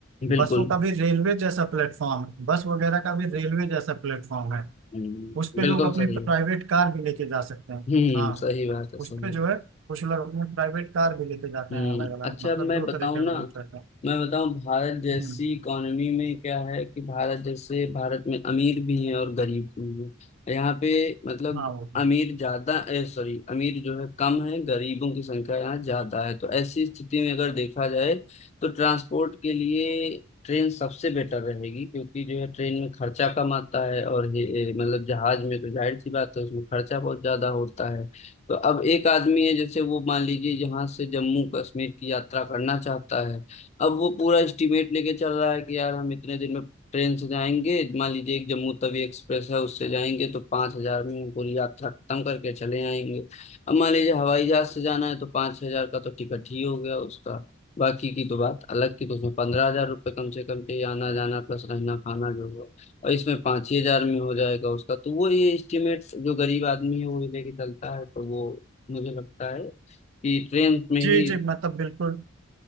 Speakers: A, on the left; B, on the right.
A: बिल्कुल
B: बसों का भी रेलवे जैसा प्लेटफॉर्म बस वगैरह का भी रेलवे जैसा प्लेटफॉर्म है
A: हम्म,
B: उस पे
A: बिल्कुल
B: लोग अपनी
A: सही
B: प्राइवेट कार भी लेके जा सकते हैं
A: हम्म
B: हाँ
A: सही बात है सही
B: उस पे
A: है।
B: जो है कुछ लोग अपनी प्राइवेट कार भी लेके जाते
A: हम्म
B: हैं अलग अलग
A: अच्छा
B: मतलब
A: अब मैं
B: दो
A: बताऊं
B: तरह के
A: ना
B: रूल्स रहते हैं
A: मैं बताऊं भारत जैसी
B: हम्म,
A: इकोनॉमी में क्या है कि भारत जैसे भारत में अमीर भी हैं और गरीब भी हैं यहाँ पे मतलब
B: हाँ वो तो
A: अमीर
B: है।
A: ज्यादा ए सॉरी अमीर जो है कम है गरीबों की संख्या यहाँ ज्यादा है तो ऐसी स्थिति में अगर देखा जाए तो ट्रांसपोर्ट के लिए ट्रेन सबसे बेटर रहेगी क्योंकि जो है ट्रेन में खर्चा कम आता है और ये- ये मतलब जहाज में तो जाहिर सी बात है उसमें खर्चा बहुत ज्यादा होता है तो अब एक आदमी है जैसे वो मान लीजिए यहाँ से जम्मू कश्मीर की यात्रा करना चाहता है अब वो पूरा एस्टिमेट लेके चल रहा है कि यार हम इतने दिन में ट्रेन से जाएंगे मान लीजिए एक जम्मू तवी एक्सप्रेस है उससे जाएंगे तो पांच हजार में हम पूरी यात्रा खत्म करके चले आएंगे अब मान लीजिए हवाई जहाज से जाना है तो पांच हजार का तो टिकट ही हो गया उसका बाकी की तो बात अलग की तो उसमें पंद्रह हजार रुपये कम से कम के आना जाना प्लस रहना खाना जो हुआ। और इसमें पाँच ही हजार में हो जाएगा उसका तो वो ये एस्टिमेट जो गरीब आदमी है वो ये लेके चलता है तो वो मुझे लगता है कि ट्रेन में
B: जी
A: ही
B: जी मतलब बिल्कुल